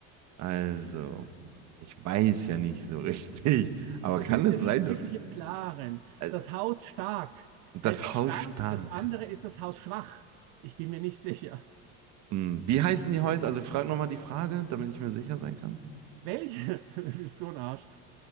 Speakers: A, on the right (about 40°); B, on the right (about 70°).
A: Also, ich weiß ja nicht so richtig, aber
B: Du
A: kann
B: bist
A: es
B: ja nicht
A: sein, dass
B: wirklich im Klaren.
A: äh,
B: Das Haus stark
A: das
B: heißt
A: Haus
B: stark,
A: stark.
B: das andere ist das Haus schwach. Ich bin mir nicht sicher.
A: Hm, Wie heißen die Häuser? Also, frag nochmal die Frage, damit ich mir sicher sein kann.
B: Welche? <laughs> Du bist so ein Arsch.